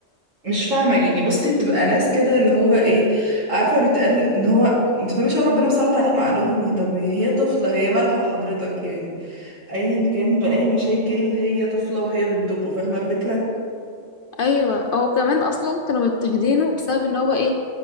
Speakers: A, on the right; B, on the left.
A: مش فاهمة يعني بصي بتبقى ناس كده اللي هو ايه عارفة بيتقال ان هو انت فاهمش هو ربنا مسلط عليهم عقلهم يعني طب هي طفلة هي مالها حضرتك يعني ايا كان بأي مشاكل هي طفلة وهي بنتكم فاهمة الفكرة؟
B: ايوه هو كمان اصلا كانوا مضطهدينه بسبب ان هو ايه